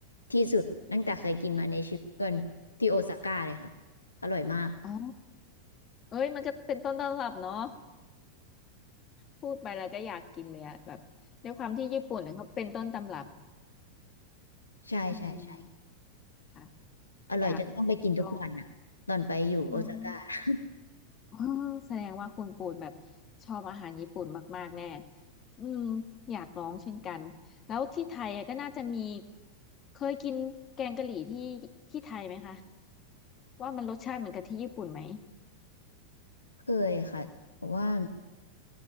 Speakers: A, on the left; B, on the left.
A: ที่สุดตั้งแต่เคยกินมาในชีวิตเกินที่โอซาก้าเลยค่ะอร่อยมาก
B: อ๋อเอ้ยมันก็เป็นต้นตำรับเนาะพูดไปแล้วก็อยากกินเลยอะแบบด้วยความที่ญี่ปุ่นเนี่ยเขาเป็นต้นตำรับ
A: ใช่ใช่ใช่
B: อืมค่ะ
A: อร่อยจนต้องไปกินทุกวันอะตอนไปอยู่โอซาก้า
B: อยากลองอืม
A: <laughs>
B: อ๋อแสดงว่าคุณปูนแบบชอบอาหารญี่ปุ่นมากๆแน่อืมอยากลองเช่นกัน แล้วที่ไทยอะก็น่าจะมีเคยกินแกงกะหรี่ที่ที่ไทยไหมคะ ว่ามันรสชาติเหมือนกับที่ญี่ปุ่นไหม
A: เคยค่ะแต่ว่า